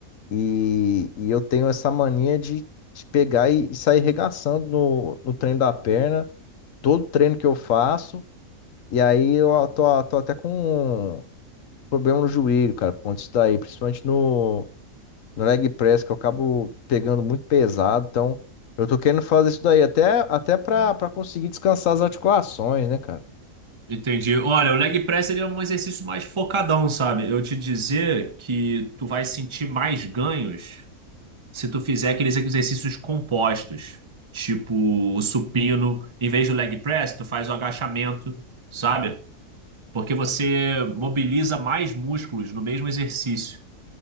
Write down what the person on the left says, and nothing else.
e, e eu tenho essa mania de, de pegar e, e sair regaçando no, no treino da perna, todo treino que eu faço. E aí eu tô, tô até com problema no joelho, cara, por conta disso daí, principalmente no, no leg press, que eu acabo pegando muito pesado, então eu tô querendo fazer isso daí até, até pra,
pra conseguir descansar as articulações, né, cara?